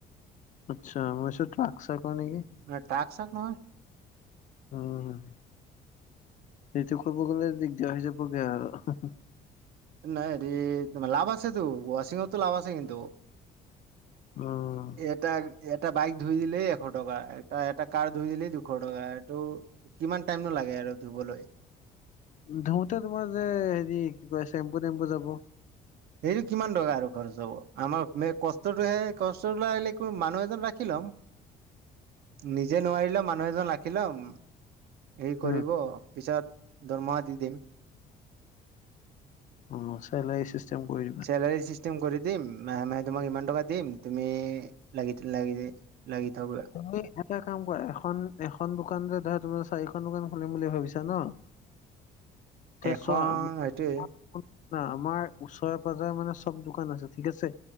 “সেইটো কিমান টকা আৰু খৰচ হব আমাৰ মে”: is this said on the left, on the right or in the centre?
Right